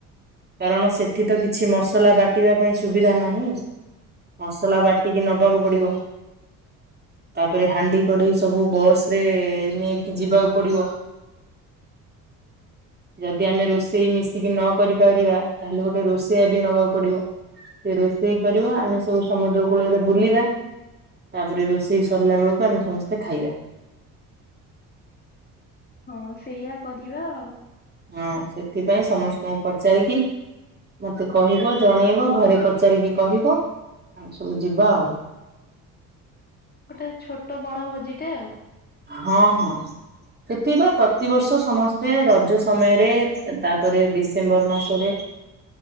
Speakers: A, on the right; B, on the left.
A: କାରଣ ସେଠି ତ କିଛି ମସଲା ବାଟିବା ପାଇଁ ସୁବିଧା ନାହିଁ ମସଲା ବାଟିକି ନବାକୁ ପଡିବ। ତାପରେ ହାଣ୍ଡି କଢେଇ ସବୁ ବସ ରେ ନେଇକି ଯିବାକୁ ପଡିବ ଯଦି ଆମେ ରୋଷେଇ ମିଶିକି ନ କରିପାରିବା ତାହେଲେ ଗୋଟେ ରୋଷେଇଆ ବି ନବାକୁ ପଡିବ ସେ ରୋଷେଇ କରିବ ଆମେ ସବୁ ସମୁଦ୍ର କୂଳରେ ବୁଲିବା। ତାପରେ ରୋଷେଇ ସରିଲା ବେଳକୁ ଆମେ ସମସ୍ତେ ଖାଇବା।
B: ହଁ ସେଇଆ କରିବା ଆଉ।
A: ହଁ ସେଥିପାଇଁ ସମସ୍ତଙ୍କୁ ପଚାରିକି ମତେ କହିବ ଜଣେଇବ ଘରେ ପଚାରିକି କହିବ ଆମେ ସବୁ ଯିବା ଆଉ।
B: ଗୋଟେ ଛୋଟ ବଣଭୋଜିଟେ ଆଉ।
A: ହଁ ହଁ ସେଠି ବା ପ୍ରତିବର୍ଷ ସମସ୍ତେ ରଜ ସମୟରେ ତାପରେ ଡିସେମ୍ବର ମାସରେ